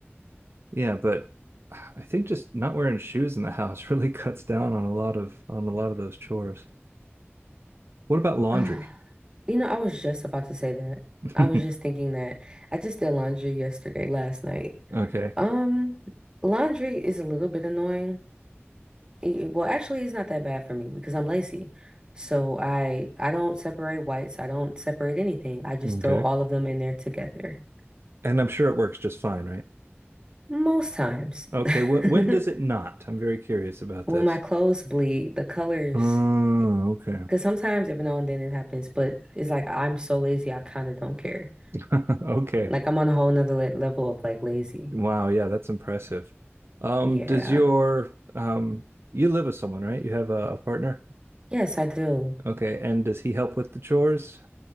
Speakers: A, on the right; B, on the right.
A: yeah, but I think just not wearing shoes in the <laughs> house really cuts down on a lot of on a lot of those chores. What about laundry?
B: Ah, You know, I was just about to say that.
A: <laughs>
B: I was just thinking that I just did laundry yesterday, last night.
A: Okay.
B: Um, laundry is a little bit annoying. It- it- well, actually, it's not that bad for me because I'm lazy. So I I don't separate whites. I don't separate anything. I just
A: Okay.
B: throw all of them in there together.
A: And I'm sure it works just fine, right?
B: Most times.
A: Okay, wh-
B: <laughs>
A: when does it not? I'm very curious about
B: When
A: this.
B: my clothes bleed, the colors,
A: Oh, okay.
B: because sometimes every now and then it happens, but it's like I'm so lazy, I kind of don't care.
A: <laughs> Okay.
B: Like I'm on a whole nother le level of like lazy.
A: Wow, yeah, that's impressive. Um,
B: Yeah.
A: does your um you live with someone, right? You have a, a partner?
B: Yes, I do.
A: Okay, and does he help with the chores?